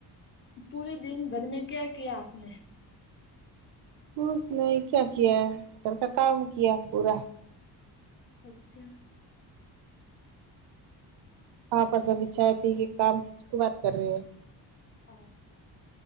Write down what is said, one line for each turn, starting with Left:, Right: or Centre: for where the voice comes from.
Left: پورے دن گھر میں کیا کیا آپ نے
Right: بس نہیں کیا کیا گھر کا کام کیا پورا
Left: اچھا
Right: ہاں بس ابھی چائے پی کے کام کے بات کر رہے ہیں
Left: اچھا